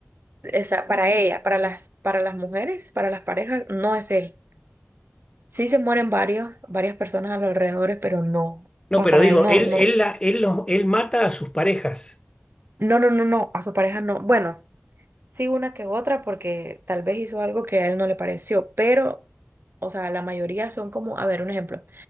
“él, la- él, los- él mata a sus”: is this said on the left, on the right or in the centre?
Left